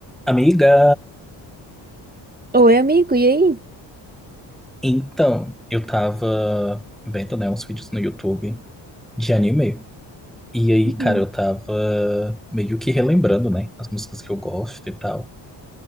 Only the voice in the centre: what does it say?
Amiga,
então, eu tava vendo, né, uns vídeos no YouTube de anime. E aí,
cara, eu tava meio que relembrando, né, as músicas que eu gosto e tal.